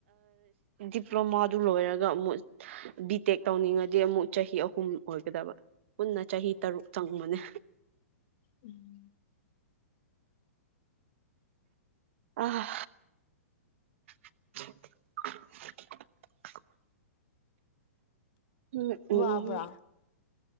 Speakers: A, on the right; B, on the left.
A: ꯗꯤꯄ꯭ꯂꯣꯃꯥꯗꯨ ꯂꯣꯏꯔꯒ ꯑꯃꯨꯛ ꯕꯤ ꯇꯦꯛ ꯇꯧꯅꯤꯡꯉꯗꯤ ꯑꯃꯨꯛ ꯆꯍꯤ ꯑꯍꯨꯝ ꯑꯣꯏꯒꯗꯕ ꯄꯨꯟꯅ ꯆꯍꯤ
B: ꯑꯣ
A: ꯇꯔꯨꯛ ꯆꯪꯕꯅꯦ
B: ꯎꯝ
A: ꯑ <inaudible> ꯎꯝ ꯎꯝ
B: ꯋꯥꯕ꯭ꯔꯥ
A: ꯎꯝ